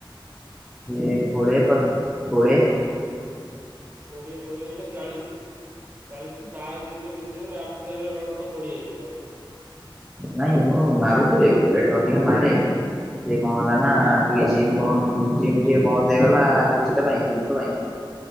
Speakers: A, in the centre; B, on the right.
A: ଏ କୋଡ଼ିଏ ପ କୋଡ଼ିଏ।
B: କୋଡିଏ କୋଡିଏ ହେଲେ ଚାଳିଶ। ଚାଳିଶ ଲାର୍ଜ ଯଦି ମିଶ ବାର୍ ଥିଲା ବେଳେ ରଡ ତ କୋଡିଏ ହେଇଥିବ।
A: ନାଇଁ ମୁଁ ମାରୁଥିଲି ୱେଟ ଅଧିକା ମାରେ। ସେ କଣ ହେଲା ନା
B: ହଁ
A: ଟିକେ ଜିମ୍ କଣ ଜିମ୍ ଟିକେ ବନ୍ଦ ହେଇଗଲା କିଛିଟା ପାଇଁ ଜିନିଷ ପାଇଁ।